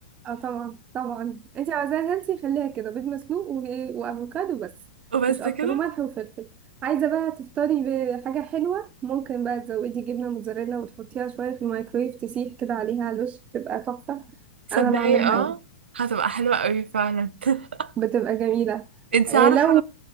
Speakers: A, on the right (about 20°); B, on the right (about 85°).
A: اه طبعا طبعا انت عايزاها هيلثي خليها كده بيض مسلوق و... وافوكادو بس
B: وبس
A: مش اكتر
B: كده
A: وملح وفلفل عايزه بقى تفطري بحاجه حلوه ممكن بقى تزودي جبنه موتزاريلا وتحطيها شويه في الميكرويف تسيح كده عليها على الوش بتبقى تحفه
B: تصدقي
A: انا بعملها
B: اه
A: يعني
B: هتبقى حلوه قوي فعلا <laughs>
A: بتبقى جميله
B: انت
A: إيه
B: عارفه
A: لو